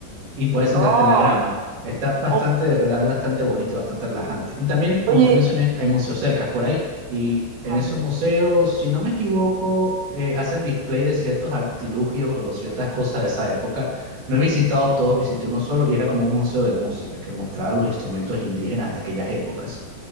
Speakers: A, on the right; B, on the right.
A: y puedes sentarte
B: Oh,
A: en la grama. Está bastante,
B: o-
A: de verdad, bastante bonito y bastante relajante. Y también, como
B: oye,
A: te mencioné, hay museos cercas por ahí. Y en
B: ah,
A: esos museos, si no me equivoco, eh, hacen display de ciertos artilugios o de ciertas cosas de esa época. No he visitado todos, visité uno solo y era como un museo de música que mostraba los instrumentos indígenas de aquellas épocas.